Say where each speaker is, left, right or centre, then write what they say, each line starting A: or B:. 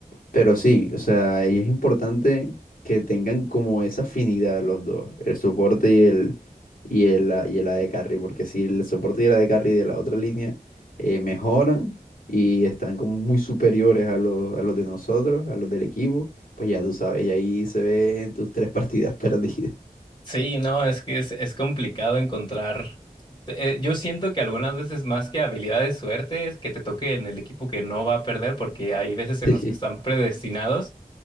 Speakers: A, on the left; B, on the left.
A: Pero sí, o sea, y es importante que tengan como esa afinidad los dos, el soporte y el y el, a- y el AD carry, porque si el soporte y el AD carry de la otra línea eh, mejoran y están como muy superiores a los, a los de nosotros, a los del equipo, pues ya tú sabes, y ahí se ven tus tres partidas <laughs> perdidas.
B: Sí, no, es que es, es complicado encontrar. eh, yo siento que algunas veces más que habilidad de suerte es que te toque en el equipo que no va a perder, porque hay veces en
A: Sí.
B: los que están predestinados